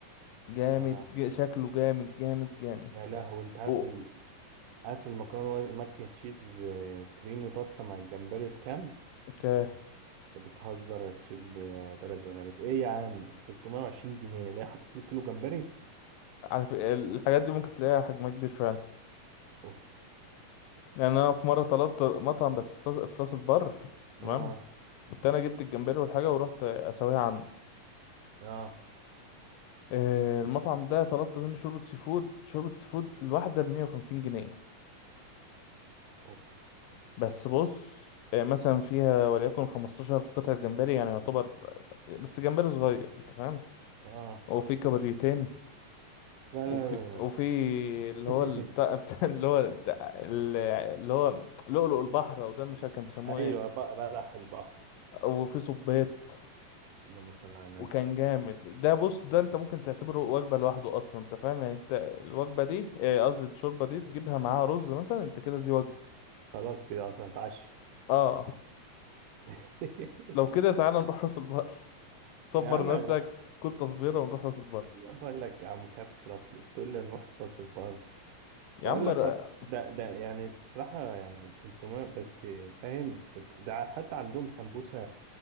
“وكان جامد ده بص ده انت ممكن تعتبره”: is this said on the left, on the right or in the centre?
Left